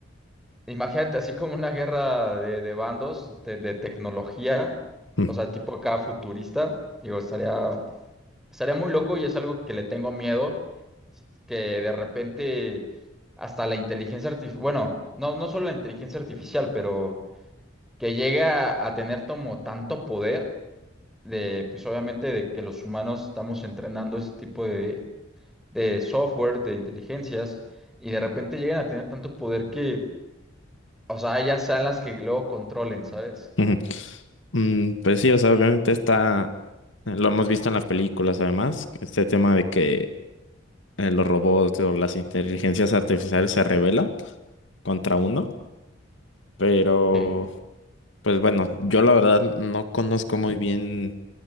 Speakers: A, in the centre; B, on the left (about 70°).
A: Imagínate, así como una guerra de, de bandos, de, de tecnología,
B: mm,
A: o sea, tipo acá futurista, digo, estaría, estaría muy loco y es algo que le tengo miedo, que de repente hasta la inteligencia artificial, bueno, no, no solo la inteligencia artificial, pero que llega a tener como tanto poder de, pues obviamente de que los humanos estamos entrenando ese tipo de, de software, de inteligencias, y de repente llegan a tener tanto poder que, o sea, ellas sean las que luego controlen, ¿sabes?
B: ujú. Mm, pues sí, o sea, obviamente está, eh, lo hemos visto en las películas además, este tema de que eh, los robots o las inteligencias artificiales se rebelan contra uno, pero
A: Sí.
B: pues bueno, yo la verdad no conozco muy bien